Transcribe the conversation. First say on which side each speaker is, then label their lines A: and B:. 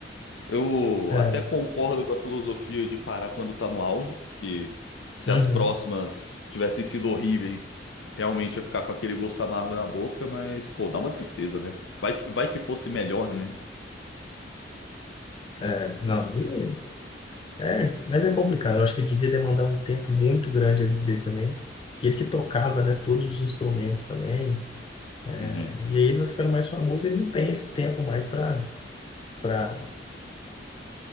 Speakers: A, on the left (about 80°); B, on the left (about 30°).
A: Eu
B: É,
A: até concordo com a filosofia de parar quando tá no auge, porque se
B: uhum,
A: as próximas tivessem sido horríveis, realmente ia ficar com aquele gosto amargo na boca, mas, pô, dá uma tristeza, né? Vai que, vai que fosse melhor, né?
B: é, não, e É, mas é complicado. Eu acho que devia demandar um tempo muito grande ali dele também. Ele que tocava, né, todos os instrumentos também.
A: Sim.
B: né? E aí ele vai ficando mais famoso, ele não tem esse tempo mais para para